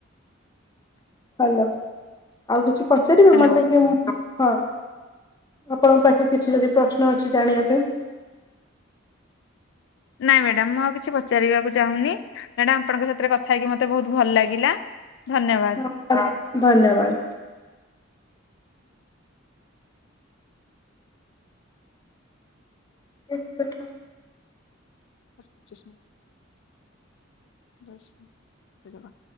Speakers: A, on the left; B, on the left.
A: ହାଲୋ ଆଉ କିଛି ପଚାରିବେ
B: ହ୍ୟାଲୋ
A: ମୋତେ କି ହଁ ଆପଣଙ୍କ ପାଖେ କିଛି ଯଦି ପ୍ରଶ୍ନ ଅଛି ଜାଣିବା ପାଇଁ।
B: ନାଁଇ ମ୍ୟାଡାମ୍ ମୁଁ ଆଉ କିଛି ପଚାରିବାକୁ ଚାହୁଁନି, ମ୍ୟାଡାମ୍ ଆପଣଙ୍କ ସାଥିରେ କଥା ହେଇକି ମତେ ବୋହୁତ୍ ଭଲ୍ ଲାଗିଲା। ଧନ୍ୟବାଦ୍।
A: <unintelligible> ଧନ୍ୟବାଦ୍। <unintelligible>
B: ପଚିଶି, ଦଶ୍, ଏଗାର